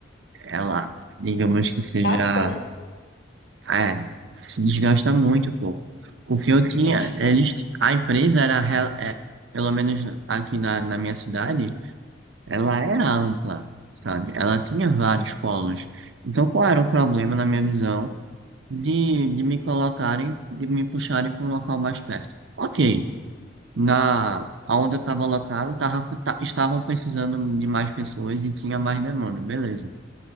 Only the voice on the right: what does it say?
ela, digamos que seja,
é, se desgasta muito, pô. Porque eu tinha,
eles, a empresa era, rel- é, pelo menos aqui na, na minha cidade, ela era ampla, sabe? Ela tinha vários polos. Então, qual era o problema, na minha visão? de, de me colocarem, de me puxarem para um local mais perto. Ok, na onde eu estava locado, tava, ta- estavam precisando de mais pessoas e tinha mais demanda, beleza.